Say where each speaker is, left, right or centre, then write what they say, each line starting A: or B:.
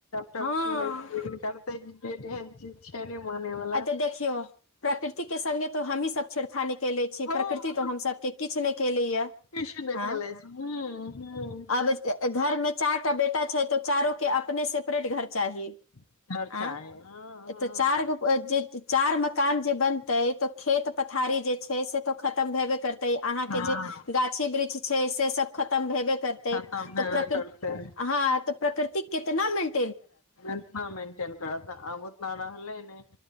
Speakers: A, on the left (about 80°); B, on the left (about 65°).
A: प
B: हँ
A: सु लेकिन कार त बे छै माने वाला
B: अऽ जे देखियौ प्राकृतिक के संगे तऽ हमही सब छेड़खानी केले छियेई,
A: हँ
B: प्रकृति तो हम सबके किछ नै किये
A: किछु नहि खेलै
B: आं
A: छै हूं हूं
B: आब ईस् घरमे चारिटा बेटा छै तऽ चारो के अपने सेपरेट घर चाही
A: हर
B: आं
A: चाहे हँ
B: ए तऽ चार गो ओ जे चार मकान जे बनतई तऽ खेत पथारी जे छै से तो खतम भेबे करत तईअहाँके
A: हँ हँ
B: जे गाछी वृक्ष छै से सब खतम भेबे तई
A: खतम
B: त
A: हेबे
B: प्रकिर
A: करतै
B: हां त प्रकृति ते केतना मिनट
A: केत्ना मेन्टेन करत आब उतना रहलै नै